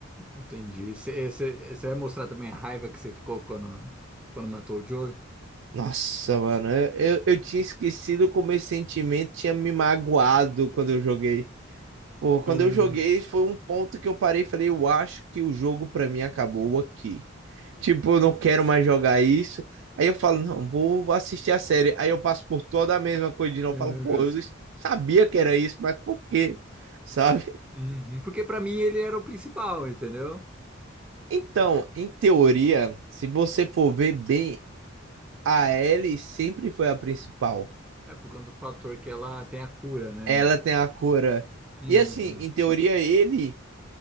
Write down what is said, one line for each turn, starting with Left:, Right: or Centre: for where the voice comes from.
Centre: Entendi. Você vai mostrar também a raiva que você ficou quando, quando matou o Joey?
Right: Nossa, mano, eu, eu, eu tinha esquecido como esse sentimento tinha me magoado quando eu joguei. Pô, quando
Centre: Ah,
Right: eu joguei, foi um ponto que eu parei e falei, eu acho que o jogo pra mim acabou aqui. Tipo, eu não quero mais jogar isso. Aí eu falo, não, vou assistir a série. Aí eu passo por toda a mesma coisa de novo.
Centre: É,
Right: Eu falo, pô,
Centre: Cus.
Right: eu sabia que era isso, mas por quê? <laughs> Sabe?
Centre: Uhum, Porque pra mim ele era o principal, entendeu?
Right: Então, em teoria, se você for ver bem, a Ellie sempre foi a principal.
Centre: É por conta do fator que ela tem a cura, né?
Right: Ela tem a cura.
Centre: Uhum,
Right: E assim, em teoria, ele,